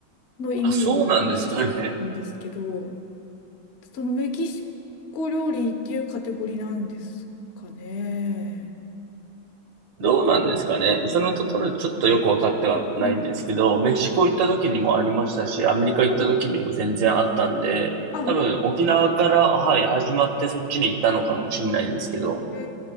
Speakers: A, on the left (about 45°); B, on the right (about 70°).
A: のイメージだっ
B: あ、そうなんですかね。
A: たんですけど、そのメキシコ料理っていうカテゴリーなんですかね
B: どうなんですかね。そのところちょっとよくわかってはないんですけど、
A: うんうん
B: メキシコ行った時にもありましたし、アメリカ行った時にも全然あったんで、
A: あ、ほんあ本当で
B: 多分沖縄から、
A: すか
B: はい、始まってそっちに行ったのかもしれないですけど、
A: へ